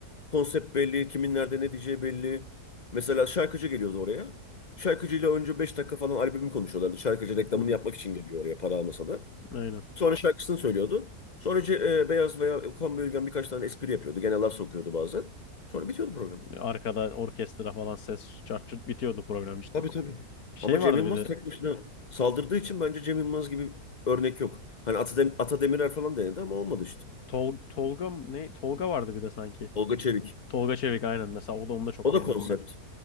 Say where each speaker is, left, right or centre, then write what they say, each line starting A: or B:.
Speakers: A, on the left (about 45°); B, on the left (about 65°).
A: Konsept belli, kimin nerede ne diyeceği belli. Mesela şarkıcı geliyordu oraya. Şarkıcıyla önce 5 dakika falan albümü konuşuyorlardı. Şarkıcı reklamını
B: Hı hı.
A: yapmak için geliyor oraya para almasa da.
B: Aynen.
A: Sonra şarkısını söylüyordu. Sonra ce- e, Beyaz veya Kombi Ülgen birkaç tane espri yapıyordu. Gene laf sokuyordu bazen. Sonra bitiyordu program.
B: Arkada orkestra falan ses çart çurt bitiyordu program cidden.
A: Tabii tabii.
B: Şey
A: Ama Cem
B: vardı
A: Yılmaz
B: bir de
A: tek başına saldırdığı için bence Cem Yılmaz gibi örnek yok. Hani Atadem Ata Demirer falan denedi ama olmadı işte.
B: Tol Tolga mı- ne Tolga vardı bir de sanki.
A: Tolga Çevik.
B: Tolga Çevik aynen mesela o da onu da çok
A: O
B: beğenirdim
A: da konsept.
B: ben.